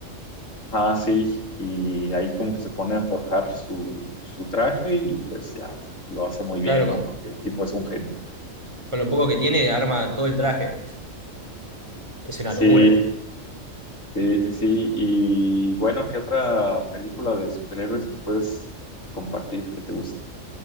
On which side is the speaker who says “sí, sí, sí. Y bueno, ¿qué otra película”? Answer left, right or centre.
Left